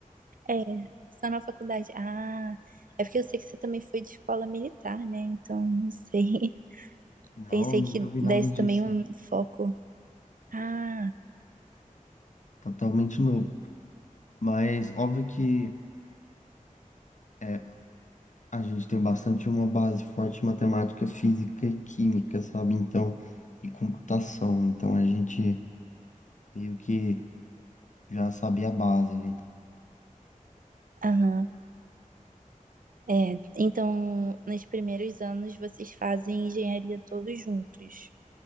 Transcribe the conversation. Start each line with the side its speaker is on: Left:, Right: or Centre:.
Right: É, só na faculdade. Ah, é porque eu sei que você também foi de escola militar, né? Então, não sei. <laughs>
Left: Não,
Right: Pensei
Left: nunca
Right: que
Left: vi
Right: desse
Left: nada disso.
Right: também um foco. Ah,
Left: Totalmente novo. Mas óbvio que é, a gente tem bastante uma base forte em matemática, física e química, sabe? Então, e computação. Então a gente meio que já sabia a base ali.
Right: aham. É, então, nos primeiros anos vocês fazem engenharia todos juntos,